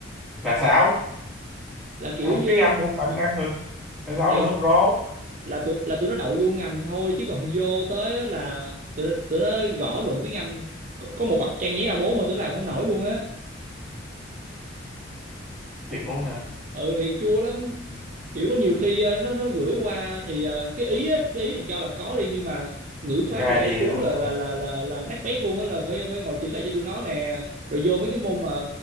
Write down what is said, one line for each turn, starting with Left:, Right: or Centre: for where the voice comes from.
Centre: là sao?
Right: là kiểu
Centre: ông
Right: như
Centre: tiếng Anh cũng phải năng được là sáu
Right: thì
Centre: nữa bro
Right: là tụi là tụi nó đậu vô ngành thôi chứ còn vô tới á là tụi, tụi nó gõ luận tiếng Anh có, có một bậc trang giấy A4 thôi tụi nó làm không nổi luôn á
Centre: thì cũng hả
Right: ừ thì chua lắm kiểu có nhiều khi ờ, nó nó gửi qua thì ờ, cái ý á, cái ý thì cho là có đi nhưng mà ngữ pháp
Centre: gai
Right: rồi câu
Centre: đi
Right: cú
Centre: đúng
Right: là
Centre: không
Right: là là là, là nát bét luôn á là phải phải ngồi chỉnh lại cho tụi nó nè rồi vô mấy cái môn mà